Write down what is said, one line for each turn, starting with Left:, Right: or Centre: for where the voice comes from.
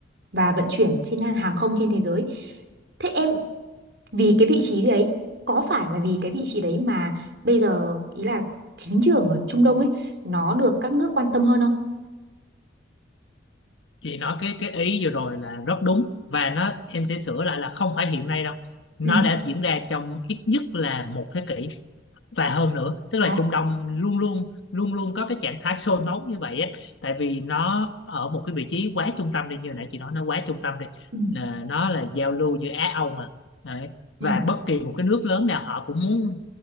Right: và vận chuyển trên hàng không trên thế giới. Thế em vì cái vị trí đấy có phải là vì cái vị trí đấy mà bây giờ ý là chính trường ở Trung Đông ấy nó được các nước quan tâm hơn không?
Left: chị nói cái cái ý vừa rồi là rất đúng và nó em sẽ sửa lại là không phải hiện nay đâu nó
Right: ừ
Left: đã diễn ra trong ít nhất là một thế kỷ và hơn nữa tức là
Right: Đó.
Left: Trung Đông luôn luôn luôn luôn có cái trạng thái sôi máu như vậy á tại vì nó ở một cái vị trí quá trung tâm đi như nãy chị nói nó quá trung tâm đi
Right: ừ
Left: Là nó là giao lưu giữa Á Âu mà Đấy.
Right: Ừ.
Left: và bất kỳ một cái nước lớn nào họ cũng muốn